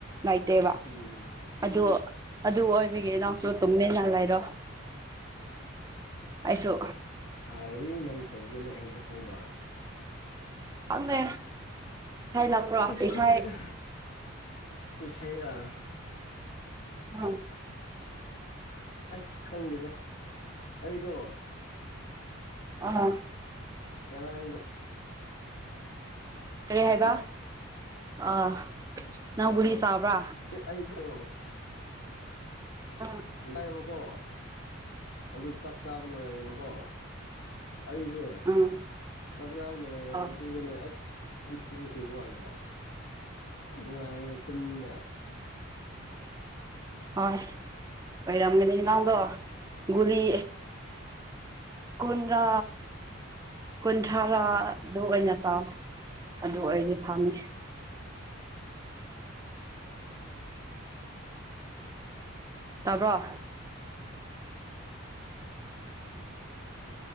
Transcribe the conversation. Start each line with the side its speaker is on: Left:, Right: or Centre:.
Right: ꯂꯩꯇꯦꯕ
Left: ꯎꯝ
Right: ꯑꯗꯨ
Left: ꯍꯣꯏ
Right: ꯑꯗꯨ ꯑꯣꯏ ꯍꯥꯏꯕꯤꯒꯦ ꯏꯅꯥꯎꯁꯨ ꯇꯨꯝꯃꯤꯟꯅ ꯂꯩꯔꯣ ꯑꯩꯁꯨ
Left: ꯑꯔꯨꯏ ꯅꯪ ꯇꯥꯖꯦꯅꯦ ꯍꯥꯏꯕꯗꯣ ꯈꯪꯕ꯭ꯔꯥ
Right: ꯈꯪꯗꯦ ꯏꯁꯥꯏ ꯂꯥꯛꯄ꯭ꯔꯣ
Left: ꯑꯩꯁꯨ
Right: ꯏꯁꯥꯏ
Left: ꯈꯪꯗꯦꯗ ꯏꯁꯩꯔꯥ
Right: ꯎꯝ
Left: ꯑꯁ ꯈꯪꯗꯦꯗ ꯑꯩꯗꯣ
Right: ꯑꯥ
Left: ꯉꯔꯥꯡꯗ
Right: ꯀꯔꯤ
Left: ꯆꯥꯛ
Right: ꯍꯥꯏꯕ
Left: ꯆꯥꯛ
Right: ꯑ ꯅꯪ
Left: ꯆꯥꯛꯇꯣ
Right: ꯒꯨꯂꯤ ꯆꯥꯕ꯭ꯔꯥ
Left: ꯑꯩꯗꯣ
Right: ꯑ
Left: ꯉꯥꯏꯌꯦꯕꯀꯣ ꯑꯗꯨ ꯆꯥꯛ ꯆꯥꯕ ꯂꯣꯏꯔꯦꯕꯀꯣ ꯑꯩꯁꯦ
Right: ꯎꯝ
Left: ꯆꯥꯛꯆꯥꯥ ꯂꯣꯏꯔꯦꯕ
Right: ꯑꯥ
Left: ꯑꯗꯨꯒꯅꯦ ꯑꯁ ꯇꯨꯝꯈꯤꯕ ꯋꯥꯅꯤꯗ ꯅꯨꯡꯉꯥꯏꯔꯦ ꯇꯨꯝꯕ
Right: ꯍꯣꯏ ꯍꯣꯏꯔꯝꯒꯅꯤ ꯅꯪꯗꯣ ꯒꯨꯂꯤ ꯀꯣꯟꯗ꯭ꫪꯥ ꯀꯨꯟꯊ꯭ꯔꯥꯥꯗꯨ ꯑꯣꯏꯅ ꯆꯥꯎ ꯑꯗꯨ ꯑꯣꯏꯗꯤ ꯐꯪꯉꯦ ꯇꯥꯕ꯭ꯔꯣ